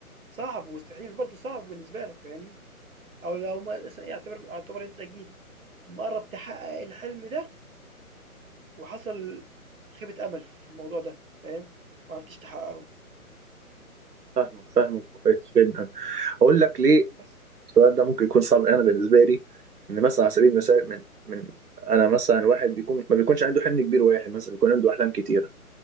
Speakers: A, on the right; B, on the right.
A: صعب ومستحيل برضه صعب بالنسبة لك فاهمني؟ أو لو ما- مثلًا إيه، اعتبر اعتبر أنت جيت مقرّب تحقق الحلم ده وحصل خيبة أمل في الموضوع ده فاهم؟ ما عرفتش تحققه،
B: فاهمك فاهمك كويس جدا اقول لك ليه
A: فبس.
B: السؤال ده ممكن يكون صعب انا بالنسبه لي ان مثلا على سبيل المثال من من انا مثلا واحد بيكون ما بيكونش عنده حلم كبير واحد مثلا بيكون عنده احلام كتير